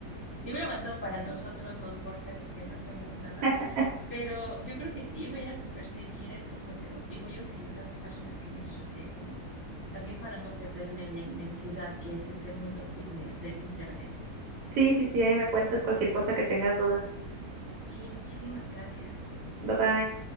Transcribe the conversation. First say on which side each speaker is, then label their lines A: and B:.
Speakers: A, on the right; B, on the right.
A: nivel avanzado para nosotros los mortales que no hacemos nada,
B: <laughs>
A: ¿no? Pero yo creo que sí, voy a super seguir estos consejos y voy a utilizar las páginas que me dijiste, como también para no perderme en la inmensidad que es este mundo fitness del internet.
B: Sí, sí, sí, ahí me cuentas cualquier cosa que tengas duda.
A: Sí, muchísimas gracias.
B: Bye bye.